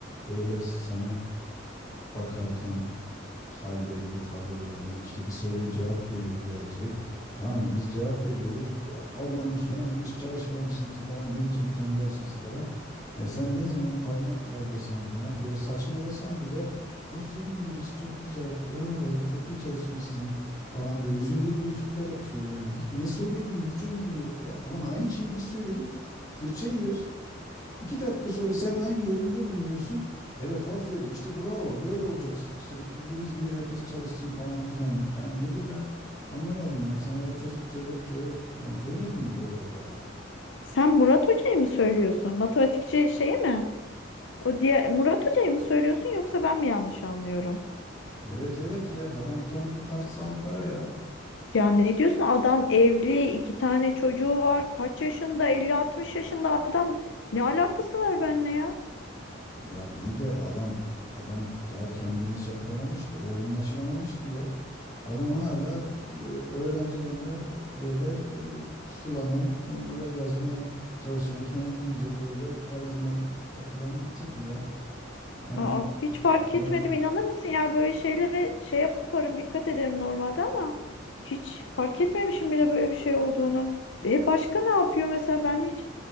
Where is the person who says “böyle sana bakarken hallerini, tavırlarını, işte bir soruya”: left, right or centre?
Left